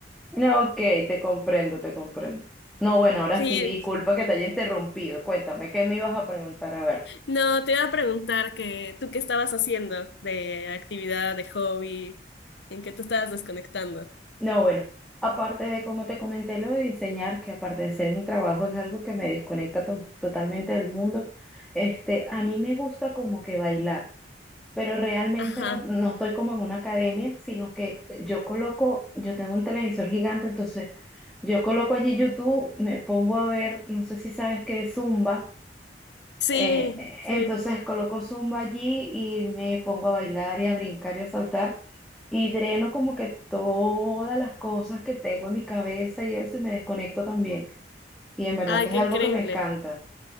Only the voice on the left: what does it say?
Sí,
no, te iba a preguntar que tú qué estabas haciendo de actividad, de hobby, en qué te estabas desconectando.
Ajá,
sí,
sí.
Ay,
qué
increíble.